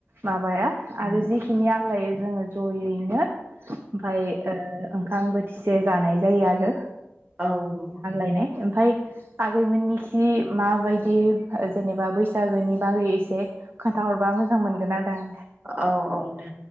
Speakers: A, on the right; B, on the right.
A: माबाया आरो जिखिनि आग्लायो जोङो ज'यैनो ओमफ्राय ओ ओंखाम बो इसे जानाय जायो आरो
B: औ नंगौ
A: ओमफ्राय आागैमोननिखै माबायदि जेनेबा बैसागोनि बागै एसे खोन्थाहरबा मोजां मोनगोन आरो आं
B: औ औ दे